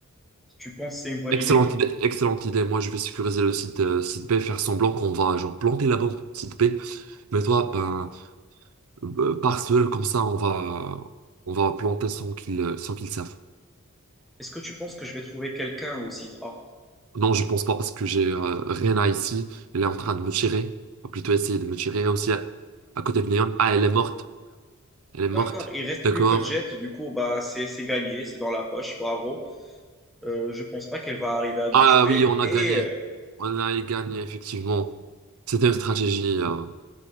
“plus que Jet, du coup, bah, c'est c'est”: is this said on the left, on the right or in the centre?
Centre